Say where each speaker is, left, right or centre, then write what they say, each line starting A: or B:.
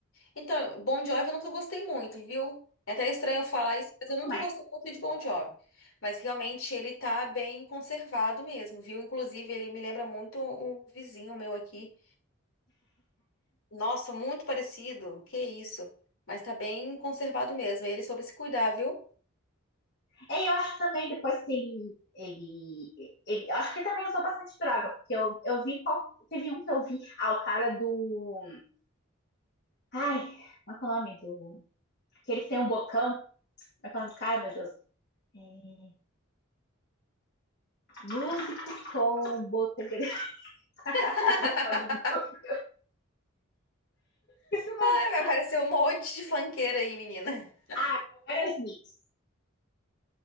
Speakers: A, on the left; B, on the left.
A: Então, Bon Jovi eu nunca gostei muito, viu? É até estranho eu falar isso, mas eu nunca
B: mas
A: gostei muito de Bon Jovi. Mas realmente ele tá bem conservado mesmo, viu? Inclusive, ele me lembra muito um vizinho meu aqui. Nossa, muito parecido. Que isso? Mas tá bem conservado mesmo. Ele soube se cuidar, viu?
B: E eu acho que também depois que ele, ele, ele. Eu Acho que ele também usou bastante droga, porque eu, eu vi qual. Teve um que eu vi. Ah, o cara do. Ai, como é que é o nome? Do. Aquele que tem um bocão. Como é que é o nome do cara, meu Deus? É, músico com botografado. <laughs>
A: <laughs>
B: Esse é o nome do
A: Ai,
B: cara.
A: vai aparecer um monte de funkeira aí, menina.
B: Ah, é o Aerosmith.